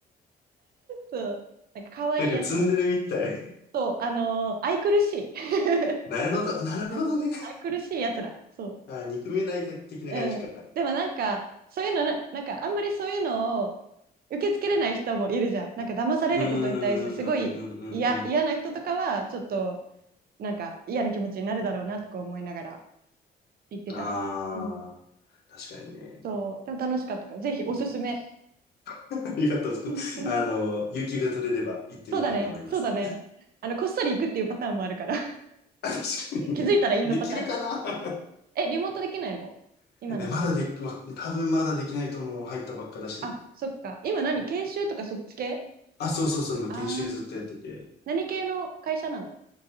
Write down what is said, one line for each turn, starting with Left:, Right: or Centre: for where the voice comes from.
Right: そうなんか可愛いやつなんだよ
Left: なんかツンデレみたい。
Right: そうあのー愛くるしい <laughs>
Left: なるほど、なるほどね。
Right: うん愛くるしいやつらそ
Left: あ、憎めない的な感じか。
Right: ううんでもなんかそういうのななんかあんまりそういうのを受け付けれない人もいるじゃんなんか騙されることに対してすごい嫌嫌な人とかはちょっと
Left: うんうんうんうんうんうん。
Right: なんか嫌な気持ちになるだろうなとか思いながら言ってたねうん
Left: ああ、確かにね。
Right: そうでも楽しかったからぜひおすすめ
Left: <laughs> ありがとう。
Right: うんうん
Left: あの、有給が取れれば行ってみたいと思います。
Right: そうだねそうだねあのこっそり行くっていうパターンもあるから
Left: <laughs> 確かに。
Right: <laughs> 気づいたらインドパターン
Left: できるかな
Right: え、リモートできないの今の仕事。
Left: <laughs> え、まだでき、わ多分まだできないと思う。入ったばっかだし。
Right: あ、そっか。今何研修とかそっち系
Left: あ、そうそうそう。今、
Right: ああー、
Left: 研修ずっとやってて。
Right: 何系の会社なの